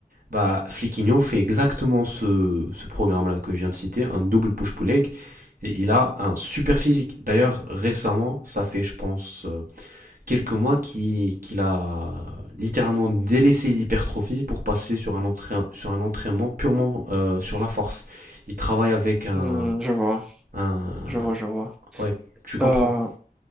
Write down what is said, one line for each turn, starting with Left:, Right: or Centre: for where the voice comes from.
Right: Bah, Fliquinho fait exactement ce, ce programme-là que je viens de citer, un double push-pull leg, et il a un super physique. D'ailleurs, récemment, ça fait, je pense, euh, quelques mois qu'il qu'il a littéralement délaissé l'hypertrophie pour passer sur un, entraî- sur un entraînement purement euh, sur la force. Il travaille avec un...
Centre: Hmm, je vois,
Right: un...
Centre: je vois, je vois.
Right: Ouais, tu comprends.
Centre: Euh,